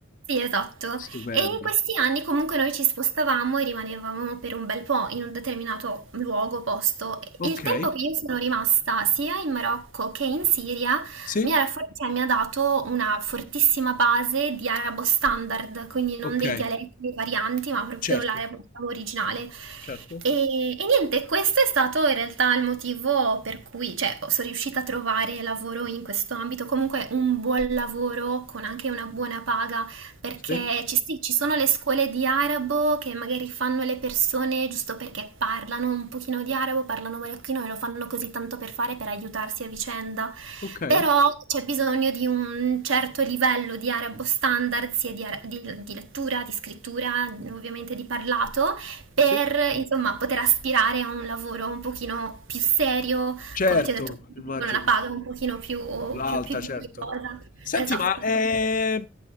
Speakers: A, on the right (about 65°); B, on the left (about 40°).
A: Sì, esatto.
B: Stupendo.
A: E in questi anni comunque noi ci spostavamo e rimanevamo per un bel po' in un determinato luogo, posto. Il
B: Okay.
A: tempo che io sono rimasta sia in Marocco che in Siria
B: Sì?
A: mi ha raffor- cioè, mi ha dato una fortissima base di arabo standard, quindi non
B: Okay.
A: dei dialetti, dei varianti, ma proprio
B: Certo,
A: l'arabo diciamo, originale.
B: certo.
A: E, e niente, questo è stato in realtà il motivo per cui, cioè, sono riuscita a trovare lavoro in questo ambito, comunque un buon lavoro con anche una buona paga. Perché
B: Sì.
A: ci, sì, ci sono le scuole di arabo che magari fanno le persone giusto perché parlano un pochino di arabo, parlano marocchino e lo fanno così tanto per fare, per aiutarsi a vicenda.
B: Okay.
A: Però c'è bisogno di un certo livello di arabo standard, sia di, ara- di- di lettura, di scrittura, ovviamente di parlato, per
B: Sì.
A: insomma poter aspirare a un lavoro un pochino più serio,
B: Certo,
A: come ti ho detto,
B: immagino.
A: con una paga un pochino più,
B: L'alta,
A: più, più dignitosa.
B: certo. Senti,
A: Esatto.
B: ma è,